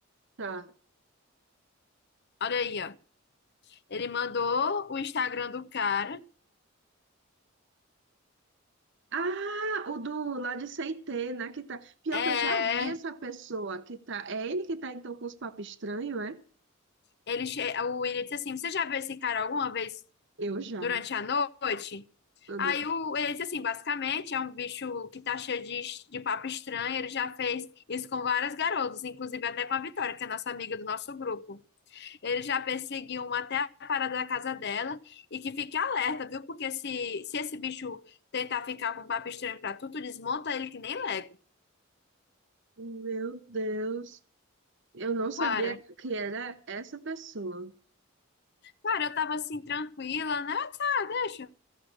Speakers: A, on the right (about 55°); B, on the left (about 50°).
A: tá.
B: Olha aí, ó. Ele mandou o Instagram do cara.
A: Ah, o do lá de Seitê, né? Que tá... Pior
B: É.
A: que eu já vi essa pessoa que tá. É ele que tá então com os papos estranhos, é?
B: Ele, che- o William disse assim: Você já viu esse cara alguma vez
A: Eu já.
B: durante a noite?
A: Eu
B: Aí
A: não-
B: o, ele disse assim: basicamente, é um bicho que tá cheio de, de papo estranho. Ele já fez isso com várias garotas, inclusive até com a Vitória, que é nossa amiga do nosso grupo. Ele já perseguiu uma até a parada da casa dela. E que fique alerta, viu? Porque se, se esse bicho tentar ficar com papo estranho pra tu, tu desmonta ele que nem Lego.
A: Meu Deus, eu não sabia
B: Para.
A: que era essa pessoa.
B: Para, eu tava assim, tranquila, né? Eu disse, Ah, deixa.